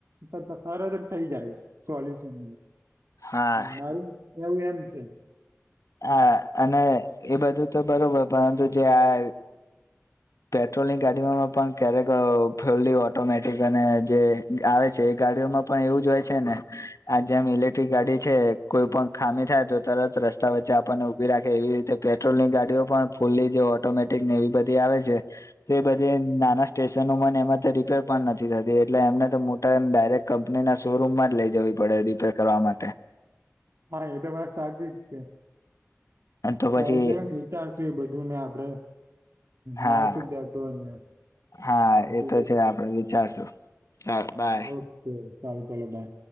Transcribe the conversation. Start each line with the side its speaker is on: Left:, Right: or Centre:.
Right: તો તરત જ થઈ જાય સોલ્યુશન
Left: હા
Right: મારું એવું એમ છે
Left: હા અને એ બધું તો બરોબર પરંતુ જે આ પેટ્રોલની ગાડીઓમાં પણ ક્યારેક ફુલી ઓટોમેટિક અને જે આવે છે એ ગાડી પણ એવું જ હોય છે ને આ જેમ ઇલેક્ટ્રિક ગાડી છે કોઈ પણ ખામી થાય તો તરત રસ્ રસ્તા વચ્ચે આપણને ઉભી રાખે એવી રીતે પેટ્રોલ ની ગાડીઓ પણ ફૂલ્લી જે ઓટોમેટિક ને એવી બધી આવે છે એ બધી નાના સ્ટેશનોમાંને એમાં રિપેર પણ નથી થતી એટલે એમને તો મોટા ડાયરેક્ટ કંપની ના શોરૂમ માં જ લઈ જવી પડે રિપેર કરવા માટે
Right: હા એ તો મારે સાચી જ છે
Left: તો
Right: સાજ
Left: પછી
Right: વિચારશું એ બધું ને આપડે હ
Left: હા
Right: નાાવ સુભ્યા ટુંને
Left: હા
Right: પછી
Left: એ તો છે આપડે વિચારશું ચાલ બાય
Right: ઓકે સારું ચાલો બાય